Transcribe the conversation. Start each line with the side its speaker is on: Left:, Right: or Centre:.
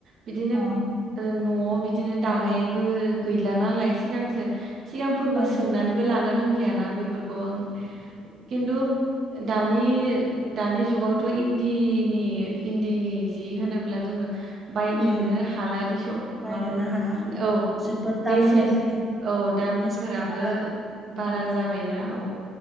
Right: बिदिनो
Centre: अ
Right: ओ न'आव बिदिनो दानायबो गैला नालाय सिगांसो सिगांफोरबो
Centre: ओं
Right: सोंनानैबो लानो रोंलियाना बेफोरखौ ओं खिन्थु दानि दानि जुगावथ' इन्दिनि इन्दिनि जि होनोब्ला जोङो बायनोनो
Centre: उम
Right: हाला दिस
Centre: बायनोनो
Right: माबा
Centre: हाला
Right: औ
Centre: जोबोद दाम
Right: बेसेन
Centre: होननाय खोनायो
Right: औ दामफोराबो
Centre: बेसेन बारा
Right: बारा जाबायना औ।